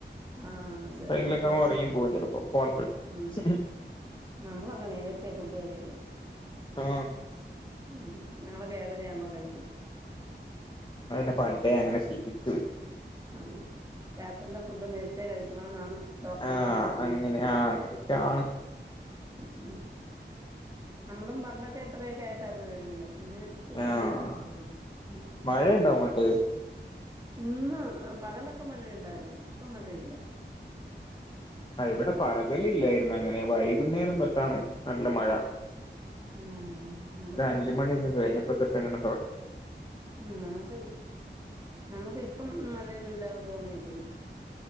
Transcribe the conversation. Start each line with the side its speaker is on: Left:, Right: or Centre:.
Right: ആ. അതെന്നെ,
Left: എപ്പോഴെങ്കിലൊക്കെ
Right: ഫോണാണ്
Left: അങ്ങ് ഉറങ്ങിയും പോകും ചിലപ്പോ ഫോണിൽ കളിച്ച്
Right: ഉം. നമ്മളൊക്കെ നേരത്തെ ഫുഡ് കഴിക്കും.
Left: ആ
Right: ഉം. ഞങ്ങളൊക്കെ ഏഴരയാവുമ്പോ കഴിക്കും.
Left: മ്മള് പിന്നെ പണ്ടേ അങ്ങനെ ശീലിച്ചു പോയി.
Right: ഉം രാത്രിയിലെ ഫുഡ് നേരത്തെേ കഴിക്കണോന്നാണ് ഡോക്ടർമാര്
Left: ആഹ്
Right: പറയുന്നെ.
Left: അങ്ങനെ ആഹ് അങ്ങനെയൊക്കെയാണ്
Right: ഉം, ഉം. നമ്മളും പണ്ടൊക്കെ എട്ടരയൊക്കെ ആയിട്ടായിരുന്നു കഴിക്കുന്നത് പിന്നെ, ഇപ്പൊ
Left: ആഹ്
Right: നേരത്തെ ഫുഡ് കഴിക്കും. ഉം.
Left: മഴയുണ്ടോ അങ്ങോട്ട്
Right: ഇന്ന് പകലൊക്കെ മഴയിണ്ടാരുന്ന്, ഇപ്പൊ മഴയില്ല.
Left: ആ ഇവിടെ പകലില്ലായിരുന്ന- ങ്ങനെ. വൈകുന്നേരം തൊട്ടാണ് നല്ല മഴ.
Right: ഉം നമുക്ക്
Left: ഒരഞ്ച് മണിയൊക്കെ കഴിഞ്ഞപ്പൊ തൊട്ടങ്ങനെ തൊട
Right: ഉം. നമുക്ക്, നമുക്ക് ഇപ്പം മഴയൊന്നുംല്ലാതെ തൂങ്ങി നിക്ക്‌ന്ന്.